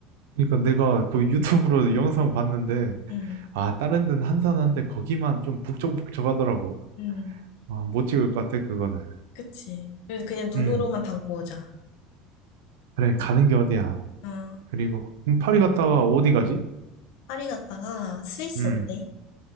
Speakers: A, on the right; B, on the left.
A: 그러니까 내가 그 유튜브로
B: 음,
A: 영상 봤는데
B: 음,
A: 아 다른 데는 한산한데 거기만 좀 북적북적하더라고.
B: 음,
A: 아, 못 찍을 것 같아 그거는.
B: 그치. 그래서 그냥 눈으로만
A: 음
B: 담고 오자.
A: 그래 가는 게 어디야.
B: 어,
A: 그리고 그럼 파리 갔다가 어디 가지?
B: 파리 갔다가 스위스
A: 음
B: 어때?